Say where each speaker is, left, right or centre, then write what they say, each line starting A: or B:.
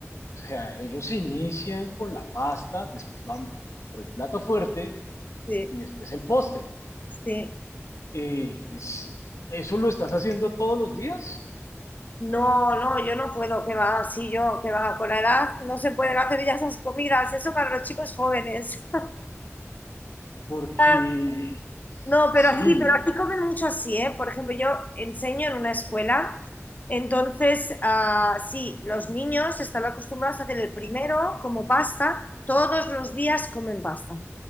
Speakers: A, on the left; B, on the left.
A: O sea, ellos inician con la pasta, después van por el plato fuerte
B: Sí,
A: y después el postre.
B: sí.
A: eh, es- ¿eso lo estás haciendo todos los días?
B: No, no, yo no puedo, que va, sí, yo, que va, con la edad no se pueden hacer ya esas comidas, eso para los chicos jóvenes.
A: Porque
B: <laughs> No, pero
A: sí,
B: aquí, pero aquí comen mucho así, ¿eh? Por ejemplo, yo enseño en una escuela, entonces, ah, sí, los niños están acostumbrados a hacer el primero como pasta, todos los días comen pasta.